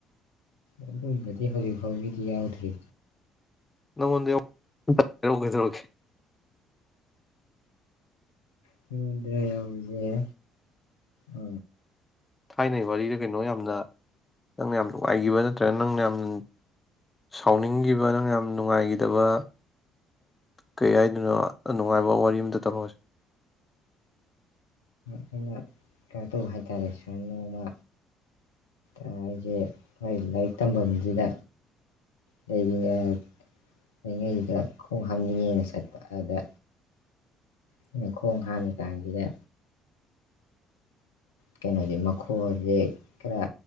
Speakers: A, on the left; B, on the left.
A: ꯑꯗꯨꯕꯨꯗꯤ ꯍꯧꯖꯤꯛ ꯐꯥꯎꯒꯤꯗꯤ ꯌꯥꯎꯗ꯭ꯔꯤ
B: ꯅꯪꯉꯣꯟꯗ <unintelligible>
A: ꯑꯩꯉꫭꯟꯗ ꯌꯧꯔꯤꯖꯦ ꯑ
B: ꯊꯥꯏꯅꯩ ꯋꯥꯔꯤꯗ ꯀꯩꯅꯣ ꯌꯥꯝꯅ ꯅꯪꯅ ꯌꯥꯝ ꯅꯨꯡꯉꯥꯏꯈꯤꯕ ꯅꯠꯇ꯭ꯔꯒ ꯅꯪꯅ ꯌꯥꯝꯅ ꯁꯥꯎꯅꯤꯡꯈꯤꯕ ꯅꯪꯅ ꯌꯥꯝ ꯅꯨꯡꯉꯥꯏꯒꯤꯗꯕ ꯀꯩ ꯍꯥꯏꯗꯣꯏꯅꯣ ꯅꯨꯡꯉꯥꯏꯕ ꯋꯥꯔꯤ ꯑꯝꯇ ꯇꯝꯃꯛ ꯎꯁꯦ
A: ꯑꯩꯅ ꯀꯩꯅꯣ ꯇꯧꯕ ꯍꯥꯏ ꯇꯥꯔꯦ ꯁꯨꯃꯥꯏ ꯅꯣꯡꯃ ꯑ ꯑꯩꯁꯦ ꯈꯣꯏ ꯂꯥꯏꯔꯤꯛ ꯇꯝꯐꯝꯁꯤꯗ ꯂꯩꯔꯤꯉꯩ ꯂꯩꯔꯤꯉꯩꯁꯤꯗ ꯈꯣꯡ ꯍꯥꯝꯅꯤꯡꯉꯦꯅ ꯆꯠꯄ ꯑꯗ ꯑꯩꯅ ꯈꯣꯡ ꯍꯥꯥꯝꯃꯤꯀꯥꯟꯁꯤꯗ ꯀꯩꯅꯣꯁꯦ ꯃꯈꯣꯜꯁꯦ ꯈꯔ